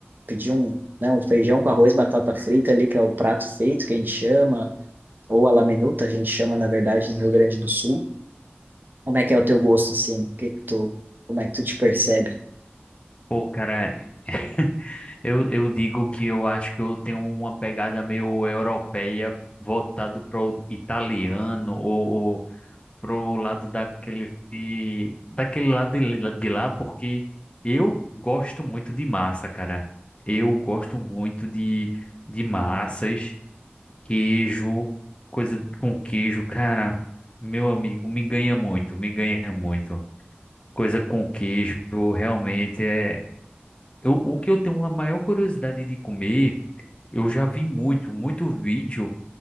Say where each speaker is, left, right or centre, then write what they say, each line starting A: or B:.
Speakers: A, on the right; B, on the left.
A: pedir um, né? um feijão com arroz, batata frita ali, que é o prato feito que a gente chama, ou a laminuta, a gente chama, na verdade, no Rio Grande do Sul. Como é que é o teu gosto, assim? Que que tu, como é que tu te percebe?
B: pô, cara, <laughs> eu, eu digo que eu acho que eu tenho uma pegada meio europeia voltado para o italiano ou, pro lado daquele daquele lado de de lá, porque eu gosto muito de massa, cara. Eu gosto muito de, de massas, queijo, coisa com queijo, cara. Meu amigo, me ganha muito, me ganha muito. Coisa com queijo, realmente é. Eu, o que eu tenho a maior curiosidade de comer, eu já vi muito, muito vídeo